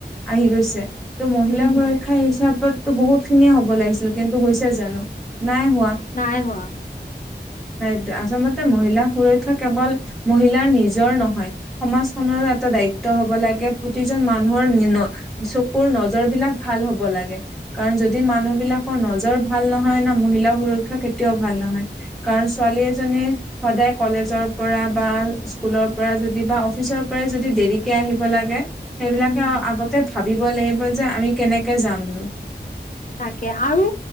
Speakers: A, in the centre; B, on the left.
A: আহি গৈছে ত' মহিলা
B: উম হম
A: সুৰ শিক্ষা হিচাপততো বহুত খিনিয়ে হ'ব লাগিছিল কিন্তু হৈছে জানো নাই হোৱা।
B: নাই হোৱা।
A: সেইটোৱে আচলতে মহিলা সুৰক্ষা কেৱল মহিলাৰ নিজৰ নহয়। সমাজখনৰো এটা দায়িত্ব হ'ব লাগে। প্ৰতিজন মানুহৰ চকুৰ নজৰ বিলাক ভাল হ'ব লাগে। কাৰণ যদি মানুহ বিলাকৰ নজৰ ভাল নহয় ন, মহিলাৰ সুৰক্ষা কেতিয়াও ভাল নহয়। কাৰণ ছোৱালী এজনীৰ- সদায় কলেজৰ পৰা বা স্কুলৰ পৰা যদি বা অফিচৰ পৰাই যদি দেৰিকে আহিব লাগে। সেইবিলাকে
B: উম হম
A: আগতে ভাবিব লাগিব যে আমি কেনেকে জানো।
B: তাকে, আৰু